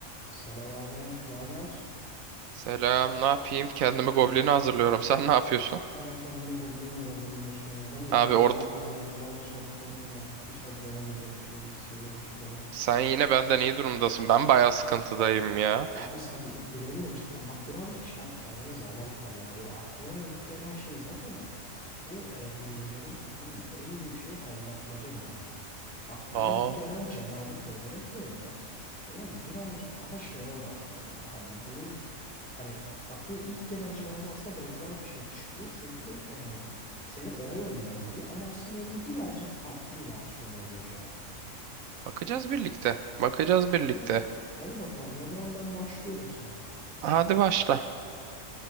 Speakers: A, in the centre; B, on the right (about 80°).
A: Selam abi, ne haber?
B: Selam, ne yapayım? Kendimi goblini hazırlıyorum. Sen ne yapıyorsun?
A: Hala kendini goblin'e mi hazırlıyorsun ya? Ben de
B: Abi
A: kendimi
B: orada
A: goblin'e hazırlamaya çalışıyorum da hiç hazır olamayacakmışım gibi hissediyorum hiçbir zaman.
B: sen yine benden iyi durumdasın. Ben bayağı sıkıntıdayım ya.
A: Abi sen bilemiyorum cidden. Bak birazcık şey yap kendine zaman tanı ya. Böyle aklına ilk gelen şey zaten bak. Bu e, bilmecelerin tamam mı? En büyük şeyi aldatmacadır abi. Aklına
B: Aa,
A: ilk gelen cevabı söylemek yerine tamam mı? Birazcık daha şeye odaklan böyle. Hani bunun hani aklına ilk gelen cevabı aslında benzer bir şey çıkıyor. Çünkü e, seni ona yönlendiriyor. Ama aslında onun birazcık farklı bir versiyonu oluyor cevap.
B: bakacağız birlikte. Bakacağız birlikte.
A: Tamam. Hadi bakalım o zaman ben başlıyorum sana.
B: Hadi başla.